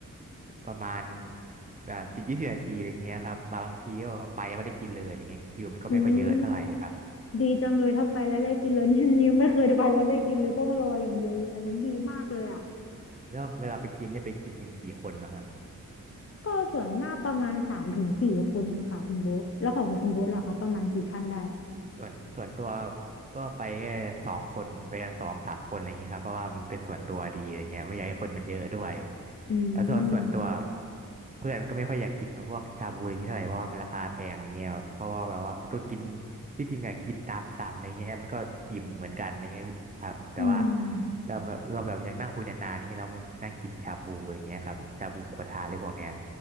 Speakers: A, on the right (about 25°); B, on the left (about 45°).
A: ประมาณอ่าสิบยี่สิบนาทีอะไรเงี้ยครับบางทีก็ไปก็ไม่ได้กินเลยอะไรเงี้ยคิวมันก็ไม่ค่อยเยอะเท่าไหร่ครับ
B: อุ้ยดีจังเลยถ้าไปแล้วได้กินเลย <laughs> นี่นิมไม่เคยไปแล้วได้กินเลยต้องรออย่างเดียวเลยอันนั้นดีมากเลยอะ
A: แล้วเวลาไปกินเนี่ยไปกินกันกี่คนแล้วครับ
B: ก็ส่วนหน้ากประมาณสามถึงสี่คนค่ะคุณโบ๊ทแล้วของคุณโบ๊ทล่ะคะประมาณกี่ท่านได้
A: ส่วนส่วนตัวก็ไปแค่สองคนไปกันสองสามคนอะไรอย่างงี้ครับเพราะว่ามันเป็นส่วนตัวดีอะไรเงี้ยไม่อยากให้คนมันเยอะด้วย
B: อืม
A: แล้วส่วนส่วนตัวเพื่อนมันก็ไม่ค่อยอยากกินพวกชาบูอย่างงี้เท่าไหร่เพราะว่ามันราคาแพงอะไรเงี้ยครับเพราะว่าแบบว่ามันก็กินที่จริงอะกินตามสั่งอะไรเงี้ยมันก็อิ่มเหมือนกันอะไรเงี้ยครับแต่ว่า
B: อืม
A: เราแบบเราแบบยังนั่งคุยนานๆอย่างเงี้ยเรามันนั่งกินชาบูอย่างเงี้ยครับชาบูหมูกระทะอะไรพวกเนี้ย